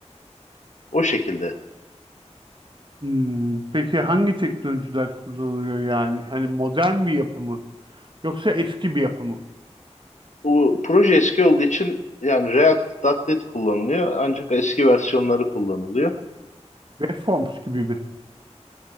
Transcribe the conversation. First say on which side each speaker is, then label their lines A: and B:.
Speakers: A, on the left; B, on the right.
A: O şekilde.
B: Hmm, peki hangi teknolojiler kullanılıyor yani? Hani modern bir yapı mı? Yoksa eski bir yapı mı?
A: Bu proje eski olduğu için yani React React.NET kullanılıyor ancak eski versiyonları kullanılıyor.
B: Waveforms gibi mi?